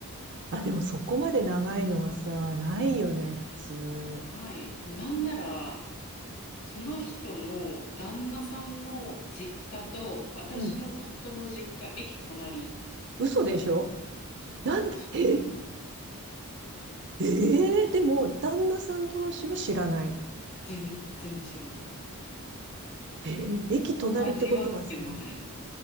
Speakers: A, on the right (about 50°); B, on the left (about 60°).
A: あ、でもそこまで長いのはさ、ないよね、普通。
B: はい。もうなんなら、その人の旦那さんの実家と私の夫の実家、
A: うん。
B: 駅隣。
A: 嘘でしょなんで、
B: そうなの。
A: えー、えー、でも、旦那さん同士は知らない。
B: 全然知らない。
A: えー、駅隣ってことはさ、
B: 味わってもないの。